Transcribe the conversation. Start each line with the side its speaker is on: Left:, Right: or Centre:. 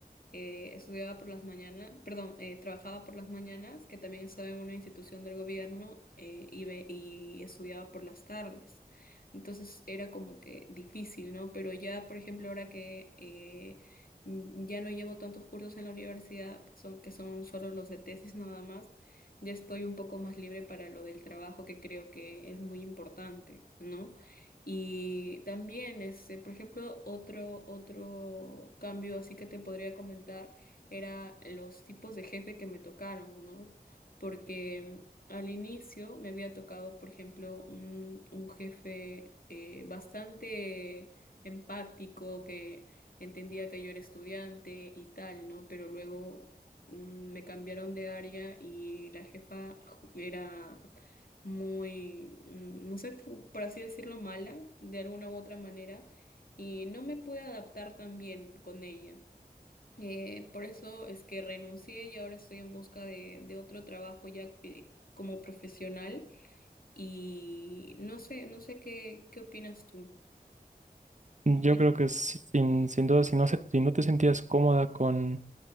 Left: eh, estudiaba por las mañanas, perdón, eh, trabajaba por las mañanas, que también estaba en una institución del gobierno eh, y, ve- y estudiaba por las tardes. Entonces era como que difícil, ¿no? Pero ya, por ejemplo, ahora que eh, mm, ya no llevo tantos cursos en la universidad, son, que son solo los de tesis nada más, ya estoy un poco más libre para lo del trabajo, que creo que es muy importante, ¿no? Y también, este, por ejemplo, otro, otro cambio así que te podría comentar era los tipos de jefe que me tocaron, ¿no? Porque mm, al inicio me había tocado, por ejemplo, un, un jefe eh, bastante empático que entendía que yo era estudiante y tal, ¿no? Pero luego mm, me cambiaron de área y la jefa ju- era muy, mm, no sé, co- por así decirlo, mala, de alguna u otra manera, y no me pude adaptar tan bien con ella. Eh, por eso es que renuncié y ahora estoy en busca de, de otro trabajo ya que- como profesional y no sé, no sé qué, qué opinas tú.
Right: Yo
Left: Sí.
Right: creo que si, sin, sin duda, si no, se- si no te sentías cómoda con,